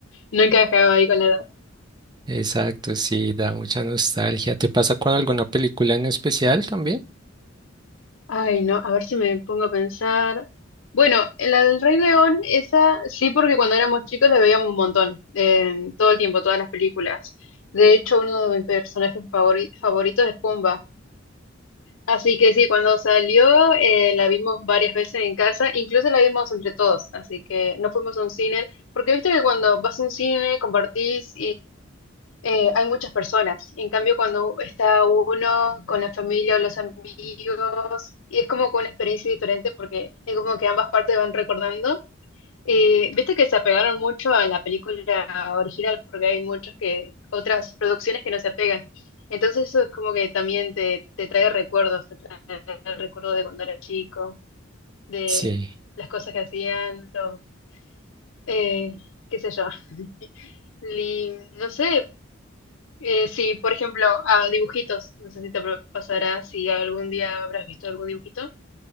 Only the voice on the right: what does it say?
exacto, sí, da mucha nostalgia. ¿Te pasa con alguna película en especial también?
Sí,